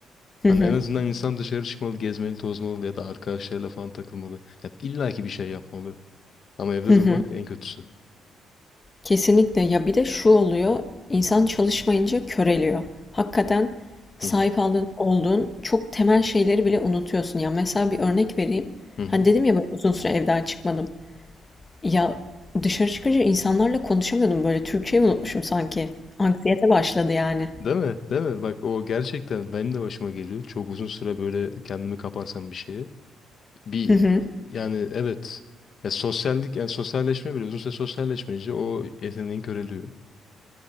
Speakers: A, on the left; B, on the left.
A: Hani
B: Hı hı.
A: en azından insan dışarı çıkmalı, gezmeli, tozmalı ya da arkadaşlarıyla falan takılmalı. Ya illa ki bir şey yapmalı. Ama evde
B: Hı hı.
A: durmak en kötüsü.
B: Kesinlikle ya bir de şu oluyor, insan çalışmayınca köreliyor. Hakikaten sahip
A: Hı hı.
B: aldığın, olduğun çok temel şeyleri bile unutuyorsun. Ya mesela bir örnek vereyim.
A: Hı hı.
B: Hani dedim ya ben uzun süre evden çıkmadım. Ya dışarı çıkınca insanlarla konuşamıyordum böyle Türkçeyi unutmuşum sanki. Anksiyete başladı yani.
A: Değil mi? Değil mi? Bak o gerçekten benim de başıma geliyor. Çok uzun süre böyle kendimi kaparsam bir şeye. Bir
B: Hı hı.
A: yani evet. Ya sosyallik, yani sosyalleşme bile uzun süre sosyalleşmeyince o yeteneğin köreliyor.